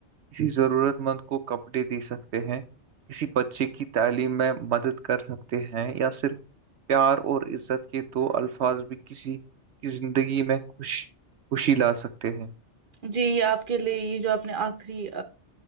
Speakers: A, on the right; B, on the right.
A: کسی ضرورت مند کو کپڑے دے سکتے ہیں کسی بچے کی تعلیم میں مدد کر سکتے ہیں یا صرف پیار اور عزت کے دو الفاظ بھی کسی کی زندگی میں خوش خوشی لا سکتے ہیں
B: جی یہ آپ کے لیے یہ جو آپ نے آخری